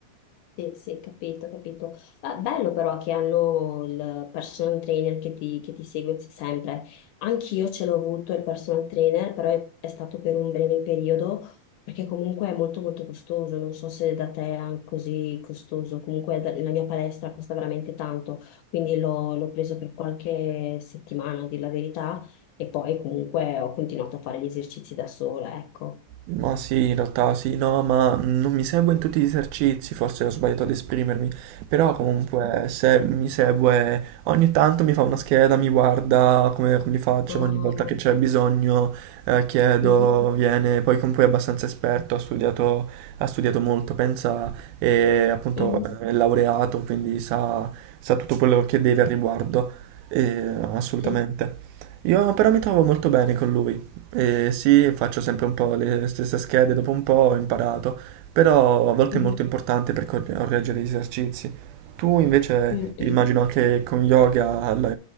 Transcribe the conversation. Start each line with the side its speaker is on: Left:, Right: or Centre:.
Left: Sì, sì, capito, capito. Ah, bello però che hanno il personal trainer che ti, che ti segue sempre. Anch'io ce l'ho avuto il personal trainer, però è, è stato per un breve periodo, perché comunque è molto molto costoso. Non so se da te è anche così costoso. Comunque da- la mia palestra costa veramente tanto, quindi l'ho l'ho preso per qualche settimana, a dir la verità, e poi comunque ho continuato a fare gli esercizi da sola, ecco.
Right: Ma sì, in realtà sì, no, ma non mi segue in tutti gli esercizi, forse ho sbagliato ad esprimermi, però comunque se mi segue ogni tanto mi fa una scheda, mi guarda come, come li faccio,
Left: Ah,
Right: ogni volta che c'è bisogno eh, chiedo,
Left: mhm,
Right: viene, poi comunque è abbastanza esperto, ha studiato, ha studiato molto, pensa, e appunto
Left: mhm,
Right: è laureato, quindi sa, sa tutto quello che deve al riguardo, e, assolutamente.
Left: Sì.
Right: Io però mi trovo molto bene con lui. Eh, sì, faccio sempre un po' le stesse schede, dopo un po' ho imparato, però a volte
Left: mhm,
Right: è molto importante per cor- correggere gli esercizi. Tu invece
Left: mhm.
Right: immagino che con yoga la,